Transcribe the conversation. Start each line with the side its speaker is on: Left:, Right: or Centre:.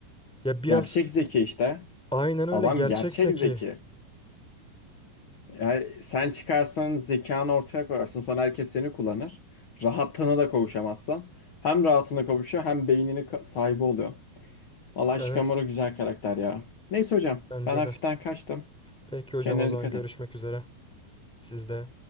Centre: Ya biraz
Left: Gerçek zeki işte.
Centre: aynen öyle
Left: Adam
Centre: gerçek
Left: gerçek
Centre: zeki.
Left: zeki. Yani sen çıkarsan zekanı ortaya koyarsın. Sonra herkes seni kullanır. Rahatlığına da kavuşamazsan. Hem rahatına kavuşuyor hem beynini ka- sahibi oluyor. Vallahi
Centre: Evet
Left: Shikamaru güzel karakter ya. Neyse hocam
Centre: bence
Left: ben hafiften
Centre: de.
Left: kaçtım.
Centre: Peki hocam
Left: Kendine
Centre: o zaman
Left: dikkat
Centre: görüşmek
Left: et.
Centre: üzere. Siz de